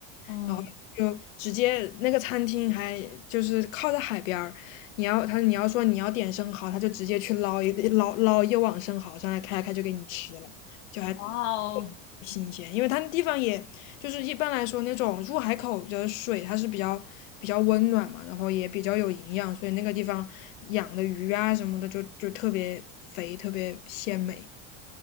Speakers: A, on the left; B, on the left.
A: 嗯，
B: 然后就直接那个餐厅还就是靠在海边儿，你要他你要说你要点生蚝，他就直接去捞一捞捞一网生蚝上来开开就给你吃了，就还
A: 哇哦，
B: 挺新鲜，因为它那地方也就是一般来说那种入海口的水它是比较比较温暖嘛，然后也比较有营养，所以那个地方养的鱼啊什么的就就特别肥，特别鲜美。